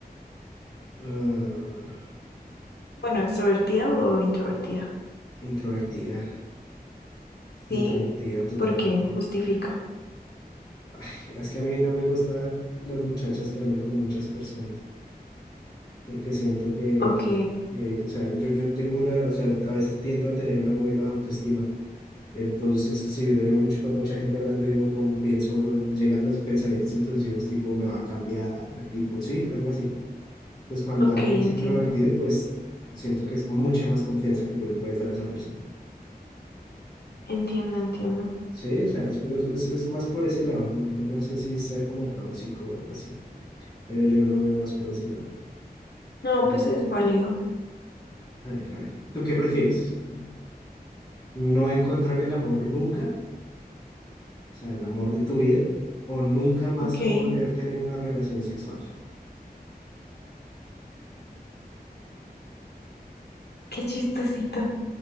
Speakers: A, on the left (about 25°); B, on the left (about 80°).
A: Ah,
B: Bueno, extrovertida o introvertida.
A: introvertida, introvertida
B: ¿Sí?
A: totalmente.
B: ¿Por qué? Justifica.
A: Ay, es que a mí no me gustan las muchachas que hablen con muchas personas, porque siento que,
B: Ok,
A: que, que, que, o sea, yo, yo tengo una, o sea, a veces tiendo a tener una muy baja autoestima Entonces, si veo yo mucho con mucha gente hablando, digo, como pienso, llegan los pensamientos intrusivos, tipo, me va a cambiar, tipo, sí, algo así. Entonces, cuando
B: ok,
A: alguien es
B: entiendo,
A: introvertido, pues siento que es mucha más confianza que tú le puedes dar a esa persona.
B: entiendo, entiendo.
A: Sí, o sea, es, por eso- es, es más por ese lado, no, no sé si sea como tóxico o algo así, pero yo lo veo más por ese lado.
B: No,
A: A ver,
B: pues es válido.
A: a ver, a ver. ¿Tú qué prefieres? A ver. ¿No encontrar el amor nunca, o sea, el amor de tu vida, o nunca más
B: Ok,
A: poder
B: <laughs>
A: tener una relación sexual?
B: qué chistosito.